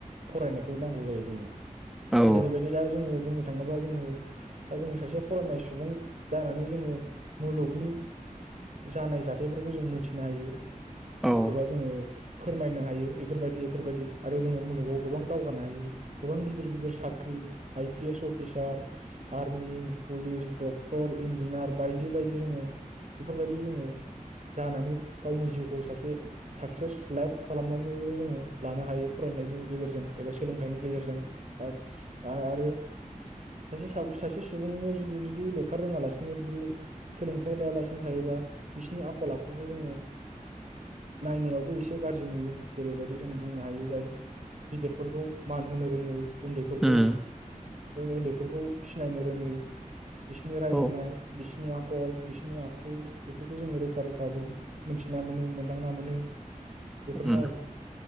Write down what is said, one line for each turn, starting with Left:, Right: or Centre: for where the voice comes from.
Right: फरायनायखौ नांगौ जायो जोंनो।
Centre: औ
Right: जेरैबायदि दा जोंङो बुंनो थांङोबा जोंङो दा जोंङो सासे फरायनाय सुबुं जानानै जोंङो मुलुगनि जानाय जाथायफोरखौ जों मोनथिनो हायो
Centre: औ
Right: एबा जोंङो फोरमायनो हायो बेफोरबायदि-बेफोरबायदि आरो जोंङो मुलुगाव गोबां दावगानो हायो गोबां गिदिर-गिदिर साख्रि I P S officer army police doctor engineer बायदि-बायदि जोंङो बेफोरबायदि जोंङो जानानै गावनि जिउखौ सासे साक्सेस लाइफ खालामनानैबो जोंङो लानो हायो फरायनायनि गेजेरजों एबा सोलोंथाइनि गेजेरजों दा आरो सासे-सासे सुबुंनियाव जुदि-जुदि लेखा रोंङालासिनो बिदि सोलोंथाइ लायालासिनो थायोबा बिसोरनि आखल आखुखौ जोंङो नायनायावबो एसे गाज्रि नुयो जेरैबायदि जों बुंनो हायो जाय गिदिरफोरखौ मान होनो रोंङै। उन्दैफोरखौ
Centre: उम
Right: उन्दै सिनायनो रोंङै बिसिनि रायलायनाय
Centre: औ
Right: बि बिसोरनि आखल बिसोरनि आखु बेफोरखौ जोंङो रोखा-रोखा मोनथिना मोनो मोनदांना मोनो। बेफोरनो
Centre: उम
Right: आरोखि